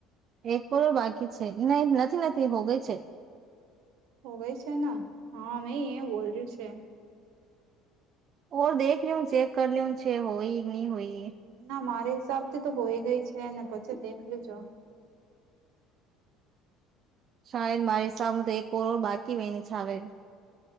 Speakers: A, on the right; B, on the right.
A: એક કરોડ બાકી છે નહી નથી નથી હોગઈ છે.
B: હોવેય છે ને હા મેં એ બોલ્યું છે.
A: ઓ દેખ લ હ ચેક કર લઉ છે હોય કે નહી હોય.
B: ના મારા હિસાબથી તો હોય ગઈ છે ને પછી દેખ લજો
A: શાયદ મારી સામે તો એક કરડ બાકી વની છ આવેે.